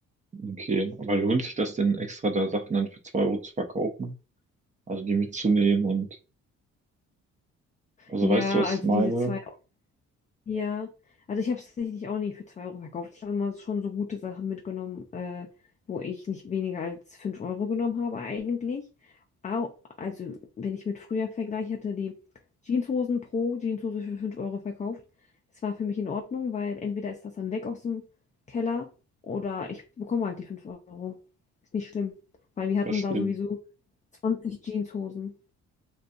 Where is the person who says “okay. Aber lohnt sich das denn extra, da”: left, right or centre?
Right